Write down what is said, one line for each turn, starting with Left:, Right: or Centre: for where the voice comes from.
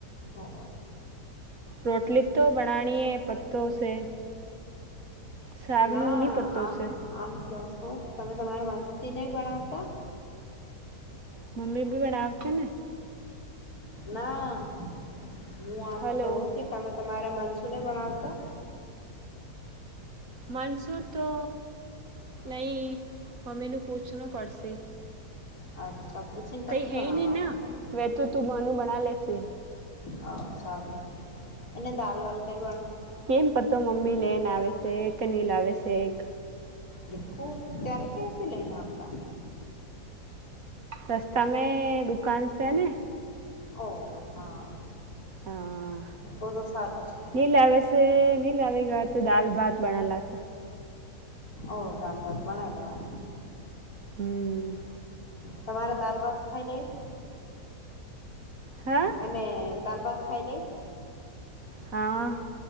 Left: હો
Right: રોટલી તો બનાણીનીએ પત્તો છે શાકનું
Left: ના
Right: નહીં પત્તો
Left: આમ
Right: છે
Left: આમ ક્યા હું તમે તમારા મંતી નહી ભણાવતા
Right: મ્મી ભી બડા આવ છે
Left: ના હું આમ
Right: હલો
Left: કવું કે તમે તમારે મન ને પણ આવતા
Right: માનસો તો નહી મ્મી ન પૂછના પડશે
Left: અચ્છા પૂછીને પછી
Right: કઈ હે
Left: ભણાવવાનું
Right: નહી ના વે તો તું માનું બના લેશે
Left: હ સારું એને દાલ વલતા
Right: કેમ પતો મમ્મી લેન આવે છે એકનલ આવે છે એક
Left: દખુ ત્યારેખતે લઈનાવતા
Right: રસ્તામાં દુકાન છે ને
Left: ઓ હા
Right: હા
Left: તો તો સારું છે
Right: નીલવેશેલ લ ગ દાલ ભાત બનાલા
Left: ઓ દાલ ભત બના લેવા
Right: હમ
Left: તમારે દાલ ભાત ખાઈ લઈશ
Right: હા
Left: અને દાલ ભાત ખાઈ લઈશ
Right: હા